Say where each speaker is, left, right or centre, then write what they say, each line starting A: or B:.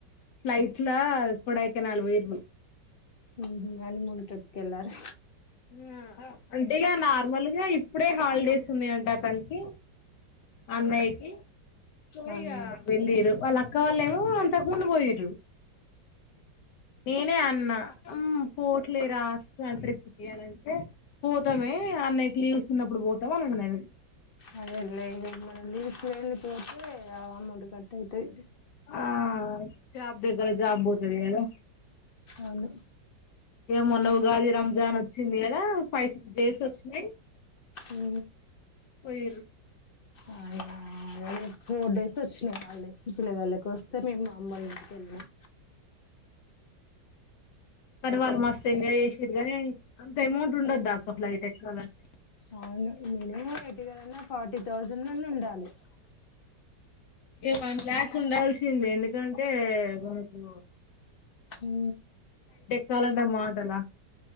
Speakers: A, on the left (about 70°); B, on the left (about 55°).
A: ఫ్లైట్లా కొడైకెనాల్ పోయిరు
B: ఉహూ హనీమూన్ ట్రిప్ కి వెళ్లారు
A: ఉ ఆ అంటే ఇగ నార్మల్గా ఇప్పుడే హాలిడేస్ ఉన్నాయంట అతనికి అన్నయకి సో
B: అవునా
A: ఇగా వెళ్ళిర్రు వళ్లా అక్ అక్క వాలేమో అంతకు ముందు పొయ్యిరు నేనే అన్న అమ్ పోట్లే రాస్తన్నా ట్రిప్కిి అని అంటే పోతా మే అన్న లీవ్ ఇస్తున్నప్పుడు పోతాం అని అన్నాడు నవి
B: అదే లేదు మనం లీవ్స్ లేనిది పోతే అమౌంట్ కట్ అయితది
A: ఆ జాబ్ దగ్గర జాబ్ పోతది కదా
B: అవును
A: ఇగ మొన్న ఉగాది, రంజాన్ వచ్చింది కదా ఫైవ్ సిక్స్ డేస్ వచ్చినాయి
B: ఉ
A: పోయిర్రు
B: ఆ ఇగ ఆ అదే ఫోర్ డేస్ వచ్చినాయి హాలిడేస్ పిల్లవాళ్ళకి వస్తే మేము మా మ అమ్మోళ్ల ఇంటి కెళ్ళినం
A: కానీ వాళ్ళు మస్తు ఎంజాయ్ చేసిరు కాగానీ అంత అమౌంట్ ఉండద్దా అక్క ఫ్లైట్ ఎక్కాలంటే
B: అవును మినిమం ఎటు కాదన్నా ఫార్టీ థౌజండ్ అన్న ఉండాలి
A: ఏ వన్ లాక్ ఉండాల్సిందే ఎందుకంటే మనకు
B: ఉ
A: చలంటే మాటలా